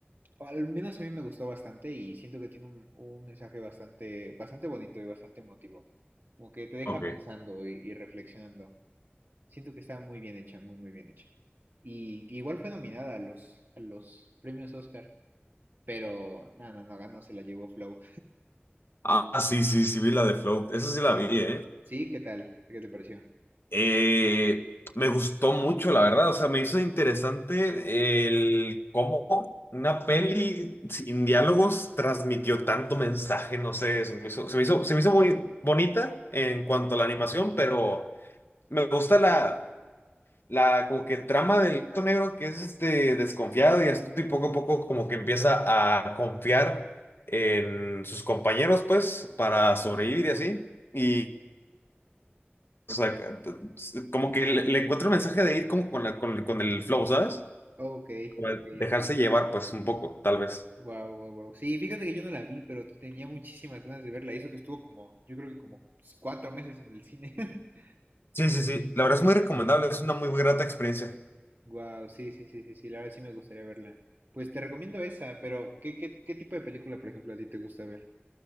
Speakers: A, on the right (about 55°); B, on the left (about 65°).
A: o al menos a mí me gustó bastante y siento que tiene un, un mensaje bastante, bastante bonito y bastante emotivo. Como que te deja
B: ok.
A: pensando y, y reflexionando. Siento que está muy bien hecha, muy, muy bien hecha. Y igual fue nominada a los, a los premios Oscar, pero nada, no, no ganó, se la llevó Flow.
B: Ah, sí, sí, sí, vi la de Float. Esa sí la vi, ¿eh?
A: Sí, ¿qué tal? ¿Qué te pareció?
B: Eh, me gustó mucho, la verdad. O sea, me hizo interesante el cómo una peli sin diálogos transmitió tanto mensaje. No sé, se me hizo, se me hizo, se me hizo muy bonita en cuanto
A: Sí.
B: a la animación, pero me gusta la. la como que trama del gato negro que es este desconfiado y astuto y poco a poco como que empieza a confiar en sus compañeros pues para sobrevivir y así y o sea, como que le, le encuentro un mensaje de ir como con la, con, con el flow, ¿sabes?
A: Ok,
B: Como de
A: ok,
B: dejarse
A: ok.
B: llevar pues un poco, tal vez.
A: Wow, wow, wow. Sí, fíjate que yo no la vi, pero tenía muchísimas ganas de verla. hizo que estuvo como, yo creo que como cuatro meses en el cine. <laughs>
B: Sí, sí, sí. La verdad es muy recomendable, es una muy grata experiencia.
A: Wow, sí, sí, sí, sí, sí, la verdad sí me gustaría verla. Pues te recomiendo esa, pero ¿qué, qué, qué tipo de película, por ejemplo, a ti te gusta ver?